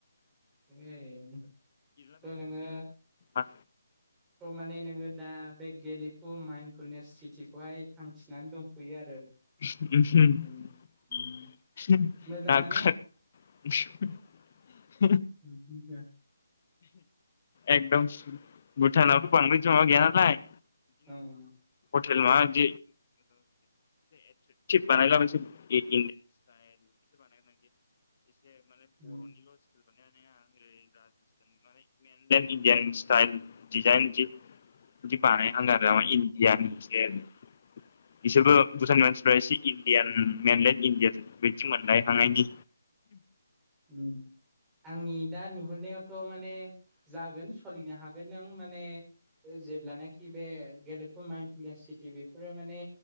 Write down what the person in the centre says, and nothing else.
उम एह स नोंङो
थ' माने नोङो दा बे गेलेफु माइनफुलनेस सिटिखौहाय थांखिनानै दंथ'यो आरो
उम उम मोजाङानो <unintelligible>
ओं
उम
उम
उम आंनि दा नुहुरनायावथ' माने जागोन सलिनो हागोन नों माने जेब्लानाखि बे गेलेफुन माइन पु सिटि बेफोरो माने